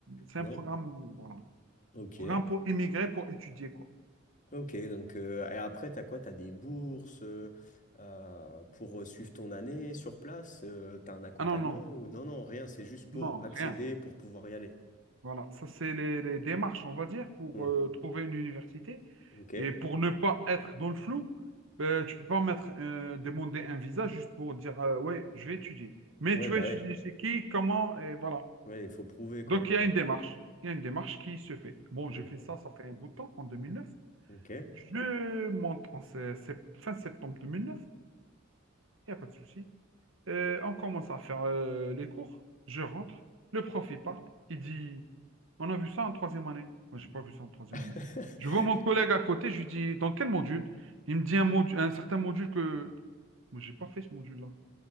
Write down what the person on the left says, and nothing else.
Non.
Ok.
Ok, donc euh, et après, t'as quoi? T'as des bourses euh, euh, pour suivre ton année sur place? euh, t'as un accompagnement
ou non, non, rien, c'est juste pour
accéder,
pour pouvoir y aller.
Hmm,
Ok.
Ouais,
bah
ouais.
Ouais, il faut prouver, quoi.
euh.
Mhm,
Ok.
<laughs>